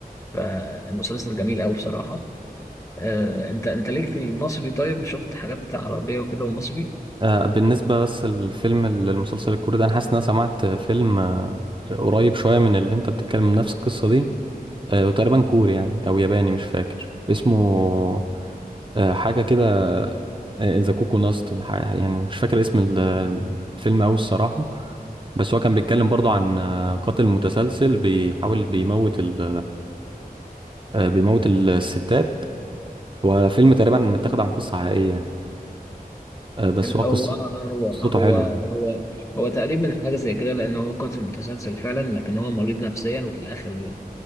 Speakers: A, on the left; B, on the right.
A: فالمسلسل جميل قوي بصراحه آه، انت انت ليك في المصري طيب شفت حاجات عربيه وكده ومصري
B: آه بالنسبة بس للفيلم المسلسل الكوري ده انا حاسس ان انا سمعت فيلم آه، قريب شوية من اللي انت بتتكلم من نفس القصة دي آه وتقريبا كوري يعني او ياباني مش فاكر اسمه آه، حاجة كده ذا كوكو ناست يعني مش فاكر اسم ال- الفيلم أوي الصراحة بس هو كان بيتكلم برضو عن آه، قاتل متسلسل بيحاول بيموت ال آه، بيموت ال- الستات هو فيلم تقريبا متاخد عن قصة حقيقية يعني آه، بس
A: ال-
B: هو قصة
A: هو آه، هو
B: قصته
A: هو
B: حلوة يعني
A: هو هو تقريبا حاجه زي كده لان هو قاتل متسلسل فعلا لكن هو مريض نفسيا وفي الاخر